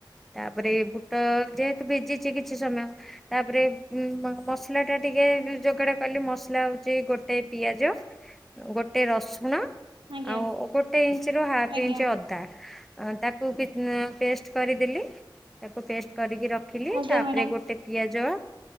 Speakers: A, in the centre; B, on the right (about 80°).
A: ତାପରେ ବୁଟ ଯେହେତୁ ଭିଜିଛି କିଛି ସମୟ ତାପରେ ଉ ମସଲା ଟା ଟିକେ ଯୋଗାଡ କଲି ମସଲା ହଉଛି ଗୋଟେ ପିଆଜ ଗୋଟେ ରସୁଣ
B: ଆଜ୍ଞା।
A: ଆଉ ଗୋଟେ ଇଞ୍ଚରୁ ହାଫ୍
B: ଆଜ୍ଞା।
A: ଇଞ୍ଚ ଅଦା ଅ ତାକୁ କି ଉଁ ପେଷ୍ଟ କରିଦେଲି ତାକୁ ପେଷ୍ଟ କରିକି ରଖିଲି
B: ଆଜ୍ଞା
A: ତାପରେ
B: ମ୍ୟାଡ଼ାମ
A: ଗୋଟେ ପିଆଜ ଅଁ